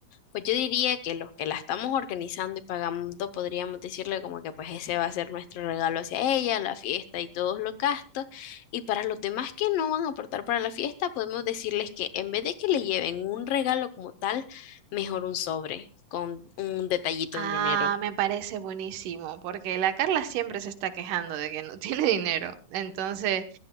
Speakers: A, on the left (about 65°); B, on the right (about 85°).
A: Pues yo diría que los que la estamos organizando y pagando podríamos decirle como que pues ese va a ser nuestro regalo hacia ella, la fiesta y todos los gastos. Y para los demás que no van a aportar para la fiesta, podemos decirles que en vez de que le lleven un regalo como tal, mejor un sobre con un detallito
B: Ah,
A: en dinero.
B: me parece buenísimo, porque la Carla siempre se está quejando de que no <laughs> tiene dinero. Entonces,